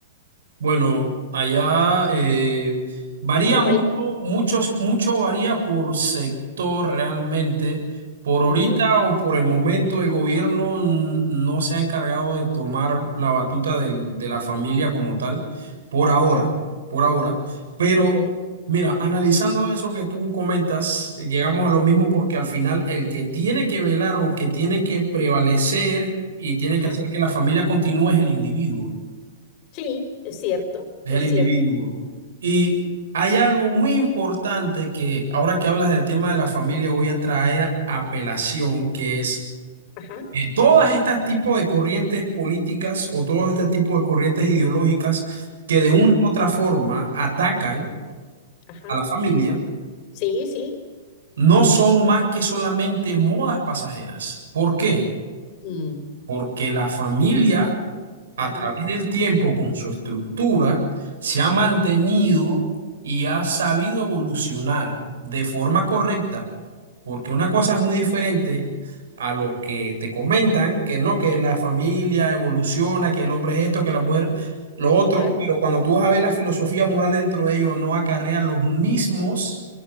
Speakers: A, on the right; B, on the left.
A: Bueno, allá eh, varía
B: en tu
A: mucho,
B: país.
A: muchos, mucho varía por sector realmente. Por ahorita
B: Mm,
A: o por el momento, el gobierno n- no se ha encargado de tomar la batuta del- de, la familia como tal, por ahora,
B: ok,
A: por ahora. Pero
B: ok.
A: mira, analizando eso que tú comentas, eh, llegamos a lo mismo porque al final el que tiene que velar o que tiene que prevalecer y tiene
B: Ajá.
A: que hacer que la familia continúe es el individuo
B: Sí, es cierto,
A: del
B: es
A: individuo.
B: cierto.
A: Y
B: Mm,
A: hay algo muy importante que ahora que hablas del tema de la familia voy a traer a pelación, que es
B: Ajá,
A: eh, todas estas tipos de corrientes políticas o todos este tipo de corrientes ideológicas que de
B: sí,
A: una u otra forma atacan
B: ajá.
A: a la familia,
B: Sí, sí,
A: no son más que solamente modas pasajeras. ¿Por qué?
B: Mm,
A: Porque la familia a
B: ujú.
A: través del tiempo con su estructura, se ha mantenido y ha sabido evolucionar de forma correcta, porque una cosa es muy diferente a lo que te comentan, que no, que la familia evoluciona, que el hombre es esto, que la mujer lo otro,
B: claro.
A: pero cuando tú vas a ver la filosofía moral dentro de ellos, no acarrea los mismos